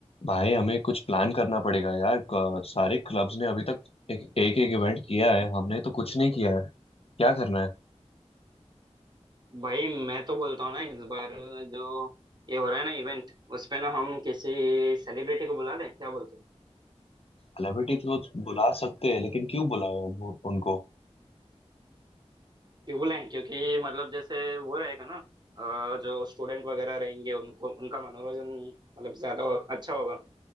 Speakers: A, on the left; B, on the right.
A: भाई हमें कुछ प्लान करना पड़ेगा यार क- सारे क्लब्स ने अभी तक एक एक, एक इवेंट किया है हमने तो कुछ नहीं किया है क्या करना है
B: भाई मैं तो बोलता हूँ ना इस बार जो ये हो रहा है ना इवेंट उस पे ना हम किसी सेलिब्रिटी को बुला दें क्या बोलते हैं
A: सेलिब्रिटी तो बुला सकते हैं लेकिन क्यों बुलाए हम वो- उनको
B: क्यों बुलाएं क्योंकि मतलब जैसे वो रहेगा ना अ, जो स्टूडेंट वगैरह रहेंगे उनको उनका मनोरंजन मतलब ज्यादा अच्छा होगा